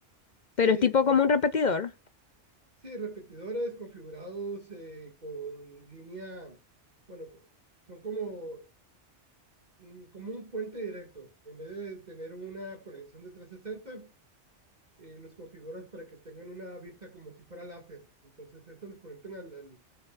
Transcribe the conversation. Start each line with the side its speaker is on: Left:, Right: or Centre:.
Right: Sí,
Left: Pero es tipo
Right: eh,
Left: como un repetidor.
Right: sí, repetidores configurados eh, con línea, bueno, son como, mm, como un puente directo. En vez de tener una conexión de trescientos sesenta eh, los configuras para que tengan una vista como si fuera láser. Entonces, esto los conectan al, al-